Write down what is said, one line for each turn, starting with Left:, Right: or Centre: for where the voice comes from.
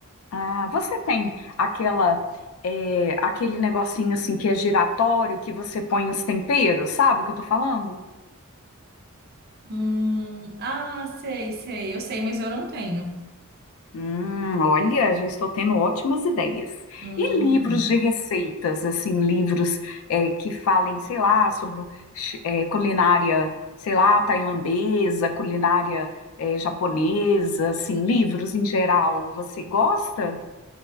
Left: Ah, você tem aquela é, aquele negocinho assim que é giratório que você põe os temperos, sabe o que eu tô falando?
Right: Hum, ah, sei, sei, eu sei, mas eu não tenho.
Left: Hum, olha, já estou tendo ótimas ideias.
Right: Hum.
Left: E livros de receitas, assim, livros é, que falem, sei lá, sobre o chi- é, culinária, sei lá, tailandesa, culinária é, japonesa, assim, livros em geral. Você gosta?